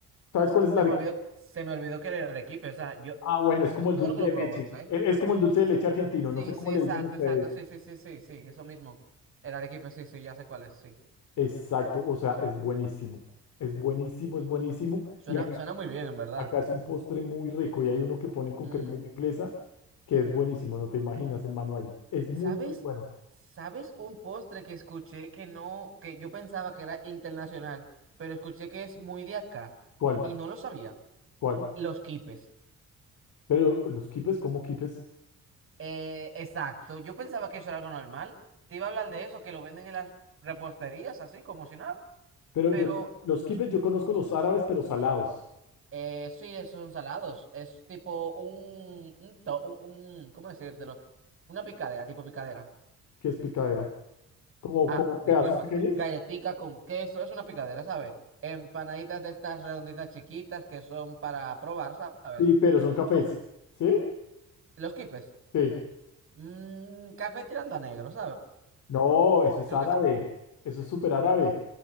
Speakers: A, on the left; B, on the right.
A: ¿Sabes cuál es la
B: Se
A: arequipe?
B: me olvidó, se me olvidó que era el equipo. O sea, yo, yo
A: Ah, bueno, es como el
B: creo
A: dulce
B: que lo
A: de
B: probé,
A: leche.
B: ¿eh?
A: El- Es como el dulce de leche argentino,
B: Sí,
A: no sé cómo
B: sí,
A: le
B: exacto,
A: dicen ustedes.
B: exacto. Sí, sí, sí, sí, sí, eso mismo. El Arequipe, sí, sí, ya sé cuál es, sí.
A: Exacto, o sea, es buenísimo. Es buenísimo, es buenísimo.
B: Suena,
A: Y acá,
B: suena muy bien, en verdad.
A: acá es un postre muy rico y hay uno que ponen con
B: Mm,
A: crema inglesa que es buenísimo, no te imaginas, Emmanuel Es muy,
B: ¿Sabes?
A: muy bueno.
B: ¿Sabes un postre que escuché que no, que yo pensaba que era internacional, pero escuché que es muy de acá
A: ¿Cuál?
B: y no lo sabía?
A: ¿Cuál?
B: Los quipes.
A: Pero los quipes, ¿cómo quipes?
B: Eh, exacto. Yo pensaba que eso era algo normal. Te iba a hablar de eso, que lo venden en las reposterías, así como si nada.
A: Pero
B: Pero
A: yo, los quipes yo conozco los árabes, pero salados,
B: eh, sí, esos son salados. Es tipo un, un, to- un, un- ¿cómo decírtelo? Una picadera, tipo picadera.
A: qué es picadera. Como,
B: Ah,
A: como
B: disculpa.
A: pedazos pequeños.
B: Galletica con queso, es una picadera, ¿sabes? Empanaditas de estas redonditas chiquitas que son para probar, ¿sabes?
A: Sí, pero son cafés. ¿Sí?
B: Los quipes.
A: Sí.
B: Mm, café tirando a negro, ¿sabes?
A: No, eso es
B: Creo
A: árabe.
B: que es-
A: Eso es súper árabe.